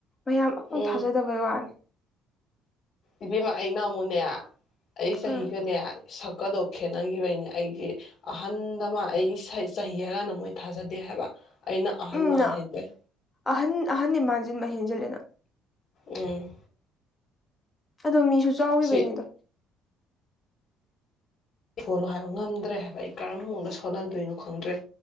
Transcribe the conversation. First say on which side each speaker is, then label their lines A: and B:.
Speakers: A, on the left; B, on the left.
A: ꯃꯌꯥꯝ ꯑꯃꯨꯛ
B: ꯎꯝ
A: ꯊꯥꯖꯗꯕꯩ ꯋꯥꯅꯤ
B: ꯏꯕꯦꯝꯃ ꯑꯩꯅ ꯃꯨꯅꯦ ꯑꯩ ꯆꯍꯤꯒꯅꯦ
A: ꯎꯝ
B: ꯁꯛꯀꯗꯣ ꯈꯦꯠꯅꯈꯤꯕꯩꯅꯦ ꯑꯩꯒꯤ ꯑꯍꯟꯗ ꯃꯥ ꯑꯩ ꯆꯍꯤ ꯍꯥꯏꯒꯥꯟꯅ ꯃꯣꯏ ꯊꯥꯖꯗꯦ ꯍꯥꯏ ꯍꯥꯏꯕ ꯑꯩꯅ ꯑꯍꯟ
A: ꯎꯝ
B: ꯃꯥꯟ
A: ꯅ
B: ꯍꯦꯟꯕꯩ
A: ꯑꯍꯟ ꯑꯍꯟ ꯃꯥꯟꯖꯤꯟꯕ ꯍꯦꯟꯖꯤꯜꯂꯦ ꯅꯪ
B: ꯎꯝ
A: ꯑꯗꯣ ꯃꯤꯁꯨ ꯆꯥꯎꯒꯤꯕꯩꯅꯤꯗ
B: ꯁꯤ ꯑꯩ ꯁꯣꯜꯂꯣ ꯍꯥꯏꯕ ꯉꯝꯗ꯭ꯔꯦ ꯍꯥꯏꯕ ꯑꯩ ꯀꯔꯝꯕ ꯃꯑꯣꯡꯗ ꯁꯣꯜꯍꯟꯗꯣꯏꯅꯣ ꯈꯪꯗ꯭ꯔꯦ